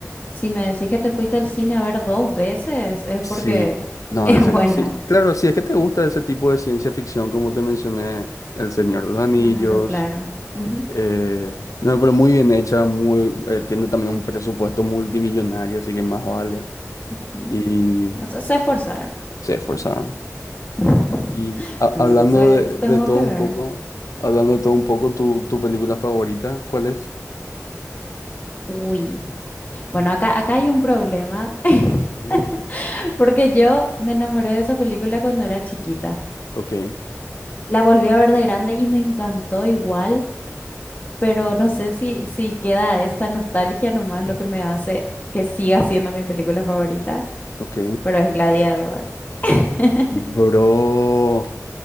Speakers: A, on the left; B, on the left.
A: si me decís que te fuiste al cine a ver dos veces, es
B: Sí,
A: porque <laughs>
B: no,
A: es
B: en serio.
A: buena.
B: Sí, claro, si es que te gusta ese tipo de ciencia ficción, como te mencioné, El Señor de los Anillos.
A: Claro, claro. Ujú,
B: eh, no, pero muy bien hecha, muy, eh, tiene también un presupuesto multimillonario, así que más vale.
A: ujú.
B: Y
A: O sea, se esforzaron.
B: se esforzaron.
A: <laughs>
B: Y ha-
A: Bueno,
B: hablando
A: entonces
B: de,
A: tengo
B: de todo
A: que
B: un
A: ver.
B: poco, hablando de todo un poco, tu, tu película favorita, ¿cuál es?
A: Uy, bueno, acá, acá hay un problema <laughs>
B: Ujú.
A: porque yo me enamoré de esa película cuando era chiquita.
B: Ok,
A: La volví a ver de grande y me encantó igual, pero no sé si, si queda esa nostalgia nomás lo que me hace que siga siendo mi película favorita,
B: ok.
A: pero es Gladiador. <laughs>
B: Bro,